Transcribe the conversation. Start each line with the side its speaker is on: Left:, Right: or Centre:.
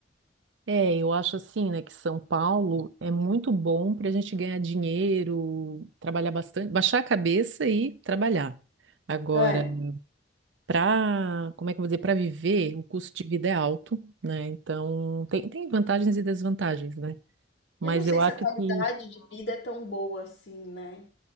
Right: É, eu acho assim, né, que São Paulo é muito bom para a gente ganhar dinheiro, trabalhar bastante, baixar a cabeça e trabalhar. Agora,
Left: É.
Right: para, como é que eu vou dizer, para viver, o custo de vida é alto, né? Então, tem, tem vantagens e desvantagens, né? Mas
Left: Eu não sei
Right: eu acho
Left: se a qualidade
Right: que
Left: de vida é tão boa assim, né?